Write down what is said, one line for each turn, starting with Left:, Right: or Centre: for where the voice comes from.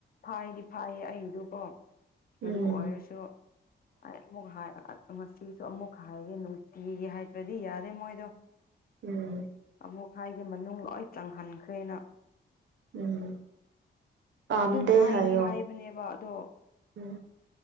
Left: ꯐꯥꯏꯗꯤ ꯐꯥꯏꯌꯦ ꯑꯩꯒꯤꯗꯨ ꯀꯣ꯫
Right: ꯎꯝ
Left: ꯑꯗꯨ ꯑꯣꯏꯔꯥꯁꯨ
Right: <inaudible>
Left: ꯑꯩ ꯑꯃꯨꯛ ꯍꯥꯏ ꯉꯥꯁꯤꯁꯨ ꯑꯃꯨꯛꯀꯥ ꯍꯥꯏꯒꯦ ꯅꯨꯡꯇꯤꯒꯤ ꯍꯥꯏꯗ꯭ꯔꯥꯗꯤ ꯌꯥꯗꯦ ꯃꯣꯏꯗꯣ
Right: ꯎꯝ
Left: ꯑꯃꯨꯛ ꯍꯥꯏꯒꯦ ꯃꯅꯨꯡ ꯂꯣꯏ ꯆꯪꯍꯟꯈ꯭ꯔꯦꯅ
Right: ꯎꯝ ꯄꯥꯝꯗꯦ
Left: ꯑꯗꯨꯝ ꯍꯥꯏꯗꯤ
Right: ꯍꯥꯏꯌꯣ
Left: ꯍꯥꯏꯕꯅꯦꯕ ꯑꯗꯣ
Right: ꯎꯝ